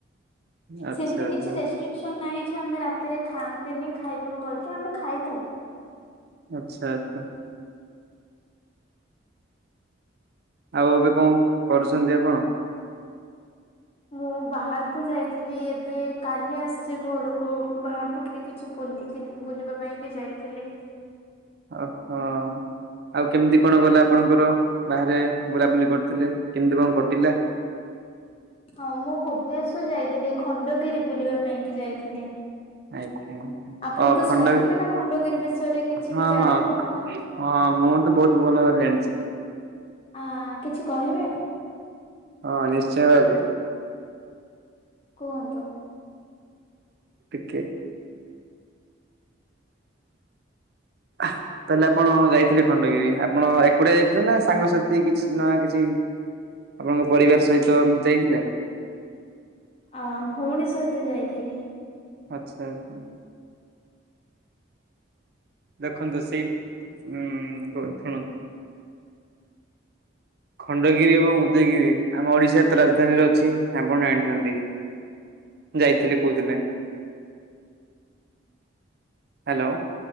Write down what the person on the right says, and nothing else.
ଆଚ୍ଛା
ଆଚ୍ଛା
ଆଚ୍ଛା, ତ ଆଉ ଏବେ କଣ କରୁଛନ୍ତି ଆପଣ?
ଆଚ୍ଛା। ଆଉ କେମିତି କଣ ଗଲା ଆପଣଙ୍କର ବାହାରେ ବୁଲାବୁଲି କରିଥିଲେ କେମିତି କଣ କଟିଲା?
ଆଜ୍ଞା ଓ,
ଖଣ୍ଡଗିରି,
ହଁ,
ହଁ।
ହଁ ମୁଁ ତ ବହୁତ ଭଲ ଭାବରେ ଜାଣିଚି।
ହଁ ନିଶ୍ଚୟ ଭାବେ।
ଟିକେ ଆଃ, ତାହେଲେ ଆପଣ ଯାଇଥିଲେ ଖଣ୍ଡଗିରି? ଆପଣ ଏକୁଟିଆ ଯାଇଥିଲେ ନା ସାଙ୍ଗସାଥି କିଛି ନା କିଛି ଆପଣଙ୍କ ପରିବାର ସହିତ ଯାଇଥିଲେ?
ଆଚ୍ଛା <inaudible> ଦେଖନ୍ତୁ ସେଇ ଉଁ, କ-ଶୁଣ ଖଣ୍ଡଗିରି ଏବଂ ଉଦୟଗିରି ଆମ ଓଡ଼ିଶାର ତ ରାଜଧାନୀରେ ଅଛି, ଆପଣ ଜାଣିଛନ୍ତି। ଯାଇଥିଲେ କହୁଥିଲେ। ହେଲୋ।